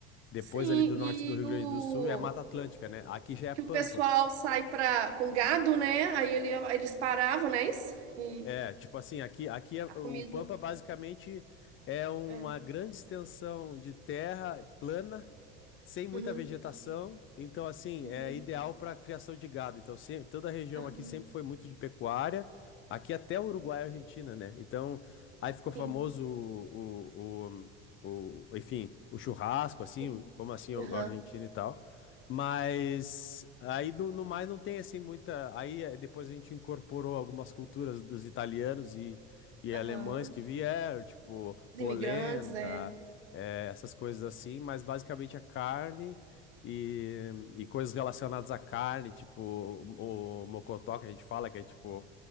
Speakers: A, on the left (about 40°); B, on the right (about 80°).
A: depois
B: Sim,
A: ali do norte do Rio
B: e
A: Grande
B: o
A: do Sul é Mata Atlântica, né? Aqui já é
B: que
A: Pampa.
B: o pessoal sai pra, com gado, né? Aí ele, eles paravam, não é isso? E
A: É, tipo assim, aqui, aqui é-
B: a
A: o
B: comida.
A: Pampa basicamente é uma
B: É.
A: grande extensão de terra plana sem muita
B: Uhum,
A: vegetação, então assim,
B: uhum,
A: é ideal para criação de gado. Então, se- toda a região
B: aham,
A: aqui sempre foi muito de pecuária, aqui até o Uruguai e Argentina, né? Então, aí ficou famoso
B: sim.
A: o, o, o, o- enfim, o churrasco, assim,
B: Uhum,
A: o- como assim, o,
B: aham,
A: o argentino e tal. Mas aí no, no mais não tem assim muita. Aí eh, depois a gente incorporou algumas culturas dos italianos e, e
B: aham.
A: alemães que vieram, tipo
B: Os
A: polenta
B: imigrantes, é.
A: eh, essas coisas assim, mas basicamente a carne e, e coisas relacionadas à carne, tipo o, o mocotó que a gente fala, que é tipo